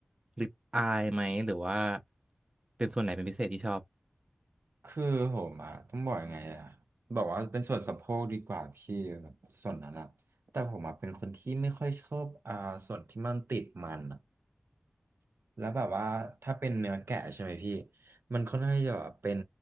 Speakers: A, on the right; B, on the right.
A: ริบอายไหมหรือว่าเป็นส่วนไหนเป็นพิเศษที่ชอบ
B: คือผมอะต้องบอกยังไงอะบอกว่าเป็นส่วนสะโพกดีกว่าพี่แบบส่วนนั้นอะแต่ผมอะเป็นคนที่ไม่ค่อยชอบอ่าส่วนที่มันติดมันอะแล้วแบบว่าถ้าเป็นเนื้อแกะใช่ไหมพี่มันค่อนข้างที่จะแบบเป็น